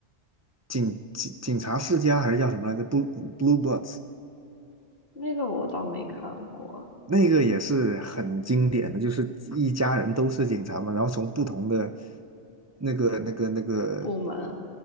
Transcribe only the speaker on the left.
那个我倒没看过。
部门，